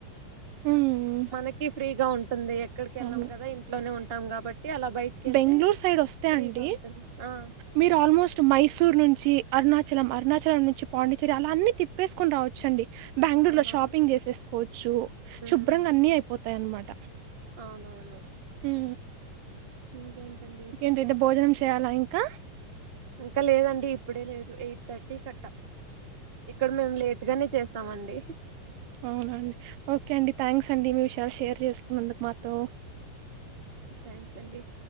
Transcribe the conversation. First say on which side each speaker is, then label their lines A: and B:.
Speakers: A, on the right (about 80°); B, on the right (about 45°).
A: ఉమ్
B: మనకి ఫ్రీగా ఉంటు ఎక్కడికెళ్లాం
A: అవును
B: కదా ఇంట్లోనే ఉంటాం కాబట్టి అలా బయటికి వెళ్తే
A: బెంగళూరు సైడ్ వస్తే
B: ఫ్రీగా
A: అండి
B: ఉంటుంది ఆ
A: మీరు ఆల్మోస్ట్ మైసూర్ నుంచి అరుణాచలం అరుణాచలం నుంచి పాండిచేరి అలా అన్నన్ని తిప్పేసుకొని రావచ్చండి బెంగళూరు
B: అవునవును
A: లో షాపింగ్ చేసేసుకోవచ్చు
B: ఉమ్
A: శుభ్రంగా అన్ని అయిపోతాయ అన్నమాట
B: అవునవును
A: ఉ
B: <unintelligible> విశేషాలు
A: ఇంకేంటింటతే భోజనం చేయ్యాలా ఇంకా
B: ఇంకా లేదండి ఇప్పుడే లేదు ఎయిట్ థర్టీ కట్ట ఇక్కడ మేము లేట్ గానే చేస్తాం ఇస్తామండి
A: అవునాండి ఓకే అండి థ్యాంక్స్ అండి మీ విషయాలు షేర్ చేసుకున్నందుకు మాతో
B: థాంక్స్ అండి